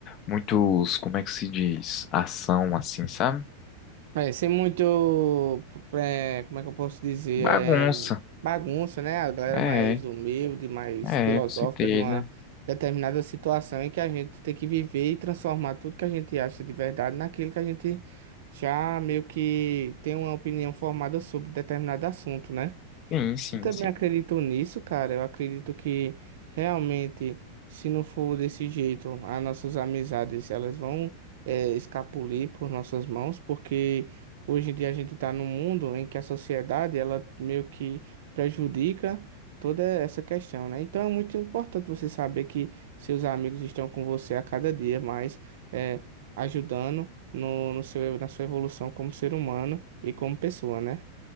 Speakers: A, on the left (about 35°); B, on the right (about 55°).
A: muitos, como é que se diz, ação assim, sabe?
B: É, ser muito, é, como é que eu posso dizer,
A: Bagunça.
B: é, bagunça, né? A galera
A: É,
B: mais humilde, mais
A: é,
B: filosófica
A: com certeza.
B: de uma determinada situação em que a gente tem que viver e transformar tudo que a gente acha de verdade naquilo que a gente já meio que tem uma opinião formada sobre determinado assunto, né?
A: Sim, sim,
B: Eu também
A: sim.
B: acredito nisso, cara. Eu acredito que realmente, se não for desse jeito, as nossas amizades elas vão eh, escapulir por nossas mãos, porque hoje em dia a gente está num mundo em que a sociedade ela meio que prejudica toda essa questão, né? Então é muito importante você saber que seus amigos estão com você a cada dia, mais eh, ajudando no, no seu, na sua evolução como ser humano e como pessoa, né?